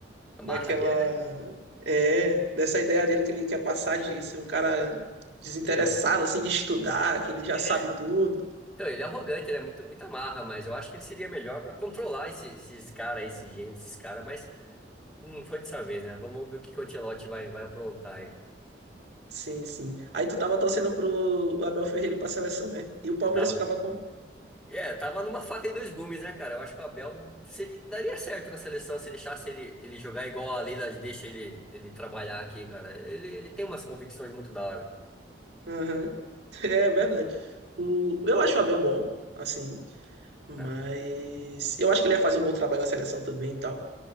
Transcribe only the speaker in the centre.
A
marra dele, né?
Que ele é um
É.
Então, ele é arrogante, ele é muito, muito amarra, mas eu acho que ele seria melhor pra controlar esse- esses caras, esses gênios, esses caras, mas não foi dessa vez, né? Vamos vamos ver o que que o Ancelotti vai, vai aprontar aí.
Eu tava.
É, tava numa faca de dois gumes, né, cara? Eu acho que o Abel seria, daria certo na seleção se deixasse ele, ele jogar igual a Leila deixa ele, ele trabalhar aqui, cara. Ele, ele tem umas convicções muito da hora.
Ah,